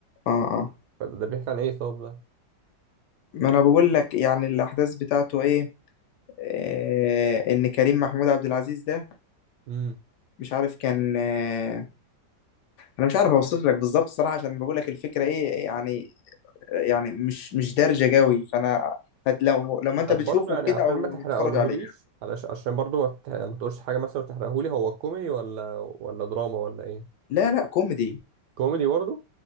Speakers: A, on the left (about 75°); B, on the right (about 75°).
A: اه اه
B: فده ده بيحكي عن ايه طب
A: ما انا بقول لك يعني الاحداث بتاعته ايه آه ان كريم محمود عبد العزيز ده
B: ده
A: مش عارف كان آه انا مش عارف اوصف لك بالظبط صراحة عشان بقول لك الفكرة ايه يعني يعني مش مش دارجة قوي فانا هت لو لما انت
B: طب
A: بتشوفه
B: برضه يعني
A: كده
B: عشان
A: او
B: ما تحرقهوليش
A: لما بتتفرج عليه
B: علشان عشان برضه ما, ت... ما تقولش حاجه مثلا وتحرقهولي هو كوميدي ولا ولا دراما ولا ايه
A: لا لا كوميدي
B: كوميدي برضه